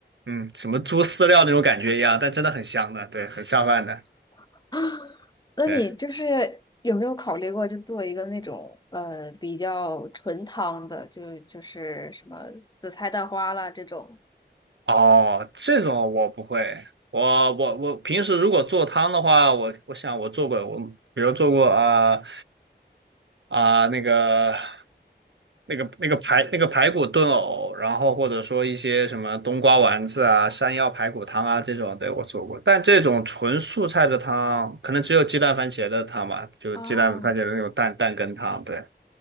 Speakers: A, on the right (about 80°); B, on the left (about 25°).
A: 嗯什么猪饲料那种感觉一样，但真的很香的，对，很下饭的。
B: <laughs> 那你就是有没有考虑过，
A: 对。
B: 就做一个那种呃比较纯汤的，就就是什么紫菜蛋花啦这种？
A: 哦，这种我不会。我我我平时如果做汤的话，我我想我做过，我比如做过啊啊、那个那个那个排那个排骨炖藕，然后或者说一些什么冬瓜丸子啊、山药排骨汤啊这种，对，我做过。但这种纯素菜的汤，可能只有鸡蛋番茄的汤吧，就鸡蛋番茄的那种蛋蛋羹汤，
B: 啊？
A: 对